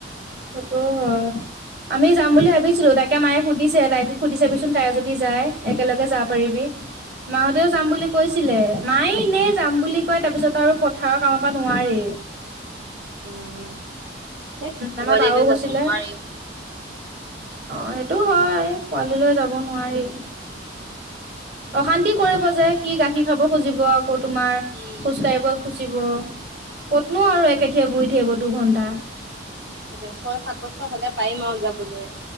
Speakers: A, on the right; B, on the right.
A: সেইটো হয়। আমি যাম বুলি ভাবিছিলো। তাকে মায়ে সুধিছে, তাইকো সুধি চাবিচোন, তাই যদি যায়। একেলগে যাব পাৰিবি। মাহঁতেও যাম বুলি কৈছিলে। মাই এনে যাম বুলি কয়, তাৰ পিছত আৰু পথাৰৰ কামৰ পৰা নোৱাৰে।
B: উম, হেই, পোৱালি
A: আমাৰ বাও
B: লৈ
A: কৈছিলে
B: যাব নোৱাৰিও।
A: অ', সেইটোও হয় পোৱালি লৈ যাব নোৱাৰি। অশান্তি কৰিব যে, সি গাখীৰ খাব খুজিব, আকৌ তোমাৰ
B: উম
A: খোজ কাঢ়িব খুজিব। ক'তনো আৰু একেথিৰে বহি থাকিব দুঘন্টা।
B: এতিয়া ছয়-সাত বছৰ হ'লে পাৰিম আৰু যাবলে।